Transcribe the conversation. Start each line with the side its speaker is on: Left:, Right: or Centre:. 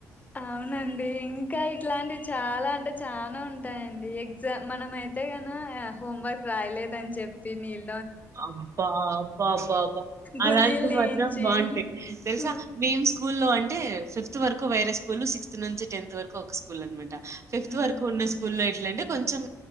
Left: అవునండి ఇంకా ఇట్లా అండి చాలా అంటే చాలనా ఉంటాయండి ఎగ్జామ్ మనం అయితే కన హోంవర్క్ రాయలేదని చెప్పి నీళ
Right: అబ్బా అబ్బా అబ్బా అబ్బా అలాంటి
Left: గుంజీలు తీయించి
Right: మాత్రం బాగుంటాయి తెలుసా
Left: మ్మ్
Right: మేం స్కూల్లో అంటే అంటే ఫిఫ్త్ వరకు వైరస్ స్కూల్ సిక్స్త్ నుంచి టెన్త్ వరకు ఒక స్కూల్ అనమాట ఫిఫ్త్
Left: మ్మ్
Right: వరకు ఉన్న స్కూల్ల్లో ఎట్లాలంటే కొంచెం